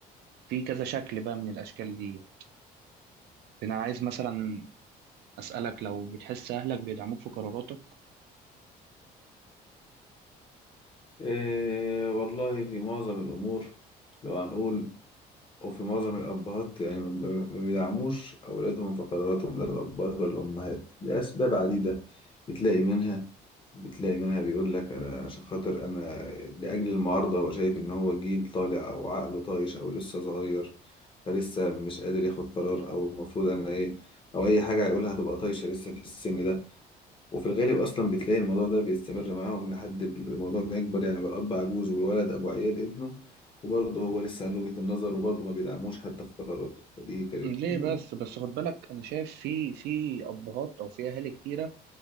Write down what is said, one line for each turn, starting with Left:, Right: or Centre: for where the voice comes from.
Right: في كذا شكل بقى من الأشكال دي أنا عايز مثلا أسألك لو بتحس أهلك بيدعموك في قراراتك
Left: إيه والله في معظم الأمور لو هنقول وفي معظم الأبهات يعني ما ما بيدعموش أولادهم في قراراتهم لا الأبهات ولا الأمهات لأسباب عديدة بتلاقي منها بتلاقي منها بيقول لك أنا عشان خاطر أنا لأجل المعارضة هو شايف إن هو جيل طالع أو عقله طايش أو لسه صغير فلسه مش قادر ياخد قرار أو المفروض أنا إيه أو أي حاجة هيقولها تبقى طايشة لسه في السن ده وفي الغالب اصلا بتلاقي الموضوع ده بيستمر معاهم لحد الموضوع ما يكبر يعني بقى الاب عجوز والولد ابو عيال ابنه وبرضه هو لسه عنده وجهة النظر وبرضه ما بيدعموش حتى في قراراته فدي كانت
Right: ليه
Left: م-
Right: بس بس خد بالك أنا شايف في في أبهات أو في أهالي كتيرة